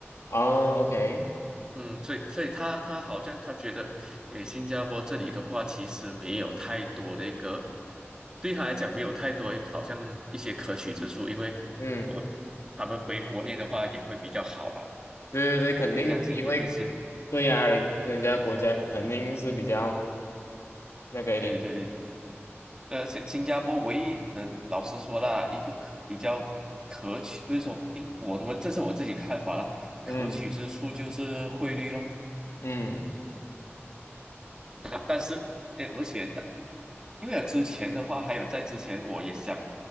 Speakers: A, on the left; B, on the right.
A: 哦，OK，
B: 嗯，所以所以他他好像他觉得，诶，新加坡这里的话，其实没有太多的一个，对他来讲没有太多好像一些可取之处，因为
A: 嗯，
B: 我他们回国内的话也会比较好吧，
A: 对对对，肯定机会，
B: 就这样子一个意思。
A: 对呀、人人家国家肯定是比较那个一点，
B: 对对对，而且新加坡唯一能老实说啦，一个可比较可取，不是说，因我我这是我自己看法啦，可取之处就是汇率咯，
A: 嗯嗯，
B: 但但是诶，而且因为之前的话，还有在之前，我也想，